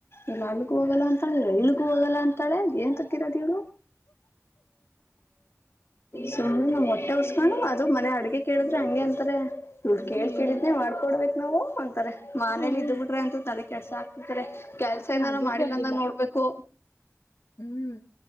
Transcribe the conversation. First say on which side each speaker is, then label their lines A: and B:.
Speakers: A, on the left; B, on the left.
A: ಎಲ್ಲ ಅಲ್ಕ್ಕ ಹೋಗಲ್ಲ ಅಂತ ಹೇಳಿದ್ರ ಇ ಕ್ಕ ಹೋಗಲ್ಲ ಅಂತಾಳೆ ಏನ್ ತಕ್ಕಿರೋ ದೀವಳೊ ಸು ಮೊಟ್ಟೆ ಹೊ ಹು ಅದು ಮನೆ ಅಡ್ಗೆ ಕೇಳಿದ್ರೆ ಹಂಗೆ ಅಂತಾರೆ ಕೇಳ್
B: ಹ್ಮ್
A: ಕಡಿದ್ನನೆ ಮಾಡ್ಕೊಡ್ಬೇಕು ನಾವು ಅ ತಾರೆ ಮನೇಲಿ
B: ಹ್ಮ್
A: ಇದ್ ಬಿಟ್ರೆ ಅಂತು ತಲೆ ಕೆಲ್ಸ ಆಗ್ತತಾರೆ ಕೆಲ್ಸ
B: ನಾ
A: ಏನಾರು
B: ಅದಕ್ಕೆ
A: ಮಾಡಿಲ್ಲ
B: ಅಲ್ಲಿಲ್ಲ
A: ಅಂದಾಗ ನೋಡ್ಬೇಕು
B: ಹ್ಮ್